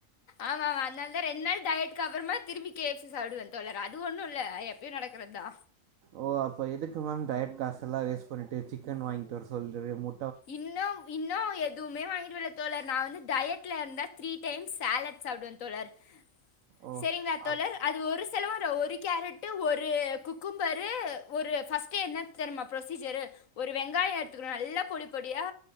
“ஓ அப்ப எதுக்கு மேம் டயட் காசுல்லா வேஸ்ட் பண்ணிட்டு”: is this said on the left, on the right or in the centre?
Right